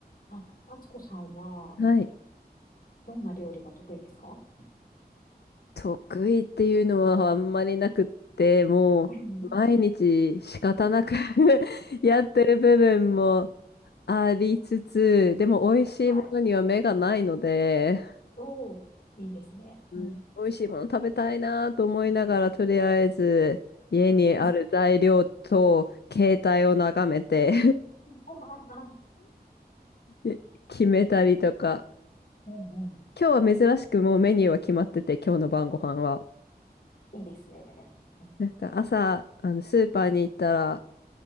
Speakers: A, on the left; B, on the left.
A: あ、あつこさんは、
B: はい。
A: どんな料理が得意ですか
B: 得意っていうのはあんまりなくって、もう毎日仕方なく
A: うん
B: <laughs> やってる部分もありつつ、でも美味しいものには目がないので、
A: はい。おー、いいですね。
B: うん美味しいもの食べたいなと思いながら、
A: うん。
B: とりあえず家にある材料と携帯を眺めて
A: うん、あ
B: <laughs> 決めたりとか。
A: うんうん。
B: 今日は珍しくもうメニューは決まってて、今日の晩ご飯は。
A: いいですね。うん、
B: なんか朝、あの、スーパーに行ったら、